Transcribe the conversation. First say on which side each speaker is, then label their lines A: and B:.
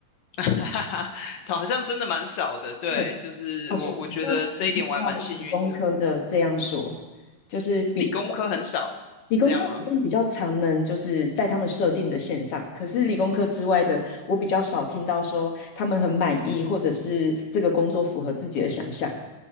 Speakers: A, on the left; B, on the left.
A: <laughs> 哈哈，好像真的蛮少的，对，
B: 对，
A: 就是我我觉得这一点我还蛮幸运的，
B: 好像比较常听到理工科的这样说，就是比
A: 理工科很少，是这样吗？
B: 理工科好像比较常能就是在他们设定的线上，可是理工科之外的，我比较少听到说他们很满意，或者是这个工作符合自己的想象。